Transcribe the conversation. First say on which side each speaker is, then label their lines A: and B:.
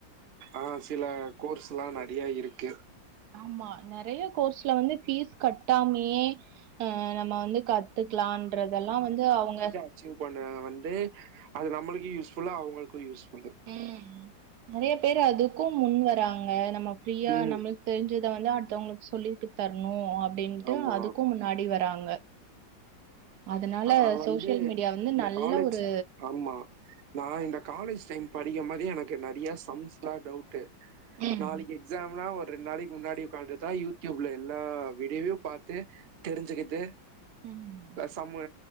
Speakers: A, on the right; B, on the right.
A: ஆ சில கோர்ஸ்ல்லா நெறயா இருக்கு
B: ஆமா நெறய கோர்ஸ்ல வந்து ஃபீஸ் கட்டாமயே அ நம்ம வந்து கத் த்துக்கலான்றதெல்லா வந்து அவங்க
A: அச்சிவ் பண்ண வந்து அது நம்மளுக்கு யூஸ்ஃபுல்லு அவங்களுக்கு யூஸ்ஃபுல்லு
B: ம் நெறய பேர் அதுக்கு முன் வராங்க நம்ம ஃப்ரீயா
A: ம்
B: நம்ளுக் தெரிஞ்சத வந்து அடுத்தவங்களுக்கு சொல்லித் தரணு அப்டின்ட்டு
A: ஆமா
B: அதுக்கு முன்னாடி வராங்க அதனால
A: நா வந்து
B: சோசியல் மீடியா வந்து
A: இந்த
B: நல்ல
A: காலேஜ்
B: ஒரு
A: ஆமா நா இந்த காலேஜ் டைம் படிக்க மாரி எனக்கு நெறய சம்ஸ்லா டவுட்டு
B: ம்
A: நாளைக்கு எக்ஸாம்னா ஒரு ரெண்டு நாளைக்கு முன்னாடி உக்காந்துதா யூடியூப்ல எல்லா வீடியோவயு பாத்து தெரிஞ்சுக்கிட்டு
B: ம்
A: சம்மு